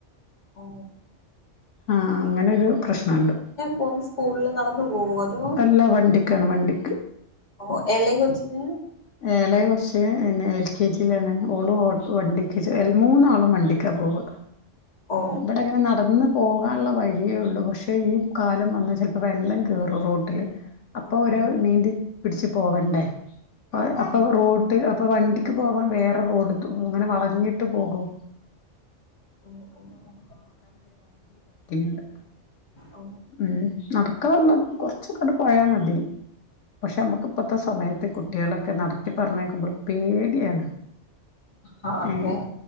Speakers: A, on the left; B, on the left.
A: ഓ
B: ആഹ് അങ്ങനൊരു പ്രശ്നണ്ട്
A: പോന്ന് സ്കൂളിൽ നടന്നു പോവോ അതോ
B: അല്ല വണ്ടിക്കാണ് വണ്ടി
A: ഓ എളേ കൊച്ചിന്
B: എളെ കൊച്ച് എ എൽ കെ ജി ലാണ് ഓളും വണ്ടിക്ക് മൂന്നാളും വണ്ടിക്കാ പോവാ.
A: ഓ
B: ഇവിടെ അങ്ങനെ നടന്ന് പോകാനുള്ള വഴിയേ ഉള്ളൂ പക്ഷേ ഈ കാലം വന്നാൽ ചിലപ്പോൾ വെള്ളം കേറും റോട്ടിൽ അപ്പൊ
A: ഓ
B: ഓര്
A: ഓ
B: നീന്തി പിടിച്ചു പോവണ്ടേ ആയ് അപ്പൊ
A: ആ
B: റോഡ് അപ്പൊ വണ്ടി ക്ക് പോവാൻ വേറെ റോഡ് <unintelligible> ഇങ്ങനെ വളഞ്ഞിട്ട് പോകും
A: ഓ ഓ
B: ഇണ്ട്
A: ഓ
B: ഉം നടത്തി ക്ക വന്ന് കൊറ കൊറച്ചങ്ങട് പോയാൽ മതി പക്ഷെ നമ്മുക്ക് ഇപ്പത്തെ സമയത്ത് കു നടത്തി പറഞ്ഞേക്കുമ്പോൾ പേടിയാണ്
A: ആ അതെ
B: ഏ